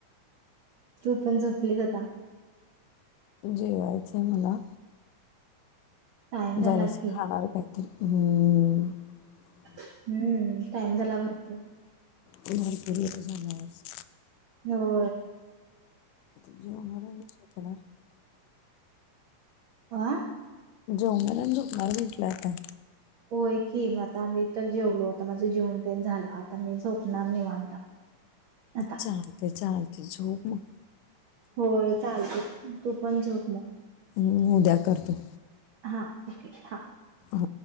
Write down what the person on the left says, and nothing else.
जेवायचंय मला.
जरासं
खाणार काय? हो.
झालं आज.
आता जेवणार आहे मी सोपणार <unintelligible>
जेवणार आणि झोपणार म्हटल आता.
चालत चालत झोप म.
हम् उद्या करतो.
हा